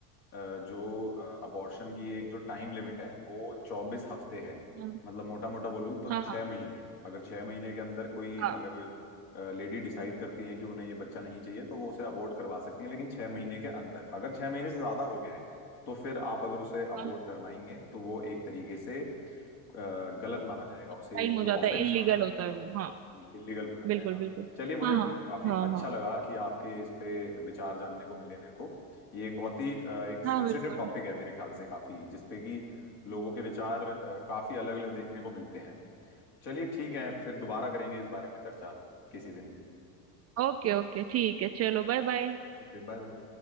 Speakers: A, on the left; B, on the right.
A: अ, जो अबॉर्शन की एक जो टाइम लिमिट है वो चौबीस हफ्ते है
B: हाँ
A: मतलब मोटा मोटा बोलूँ तो
B: हाँ
A: छह
B: हाँ
A: महीने अगर छह महीने के अंदर कोई
B: हाँ
A: अगर लेडी डिसाइड करती है कि उन्हें ये बच्चा नहीं चाहिए तो वो उसे अबॉर्ट करवा सकती है लेकिन छह महीने के अंदर अगर छह महीने से ज्यादा हो गया है तो फिर आप अगर उसे अबॉर्ट
B: हाँ
A: करवाएंगे तो वो एक तरीके से अ, गलत माना जाएगा उसे
B: टाइम
A: एक
B: हो
A: ऑफेंस
B: जाता है इलीगल
A: माना जाएगा
B: होता है वो हाँ
A: जी इलीगल माना
B: बिल्कुल
A: जाएगा
B: बिल्कुल
A: चलिए मुझे
B: हाँ हाँ
A: काफी
B: हाँ
A: अच्छा
B: हाँ
A: लगा कि आपके इस पे विचार जानने को मिले मेरे को ये एक बहुत ही अ, एक सेंसिटिव
B: हाँ बिल्कुल
A: टॉपिक है मेरे ख्याल से काफी जिसपे कि लोगों के विचार अ, काफी अलग अलग देखने को मिलते हैं चलिए ठीक है फिर दोबारा करेंगे इस बारे में चर्चा किसी दिन
B: ओके ओके ठीक है चलो बाय बाय
A: Okay bye bye